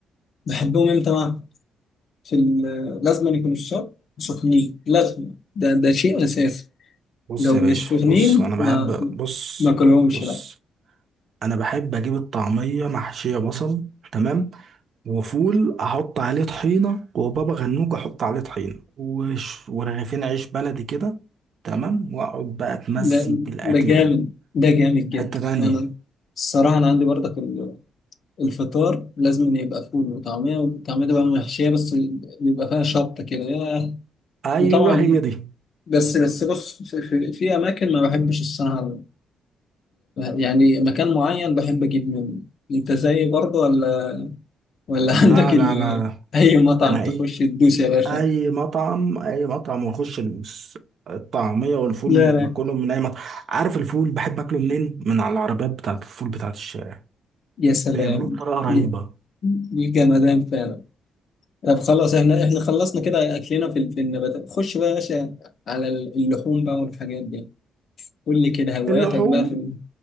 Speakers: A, on the left; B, on the right.
A: بحبهم امتى بقى في ال- لازم يكونوا الشرب سخنين لازم ده ده شيء اساسي
B: بص
A: لو
B: يا
A: مش
B: باشا
A: سخنين
B: بص انا بحب
A: ما
B: بص
A: ما كلهمش
B: بص انا بحب اجيب الطعميه محشيه بصل تمام وفول احط عليه طحينه وبابا غنوج احط عليه طحينه وش ورغيفين عيش بلدي كده تمام واقعد بقى اتمزج
A: ده
B: بالاكل
A: ده جامد
B: ده
A: ده جامد جدا
B: حته تانية
A: انا الصراحه انا عندي برضك ال- الفطار لازم إن يبقى فول وطعميه والطعميه تبقى محشيه بس بيبقى فيها شطه كده ياه.
B: ايوه
A: وطبعا
B: هي دي
A: بس بس بص في, في, في اماكن ما بحبش الصراحه يعني مكان معين بحب اجيب منه انت زيي برضه ولا ولا
B: لا
A: <laughs> عندك ال...
B: لا لا
A: اي مطعم
B: فانا
A: تخش
B: ايه
A: تدوس يا باشا
B: اي مطعم اي مطعم واخش المس- الطعميه والفول
A: لا
B: من
A: لا
B: باكلهم من اي مطعم عارف الفول بحب اكله منين من على العربيات بتاعت الفول بتاعت الشارع
A: يا سلام
B: بيعملوه بطريقه رهيبه
A: دي دي جمدان فعلا طب خلاص احنا احنا خلصنا كده اكلنا في في النباتات خش بقى يا باشا على اللحوم بقى والحاجات دي قول لي كده هواياتك
B: اللحوم
A: بقى في ال-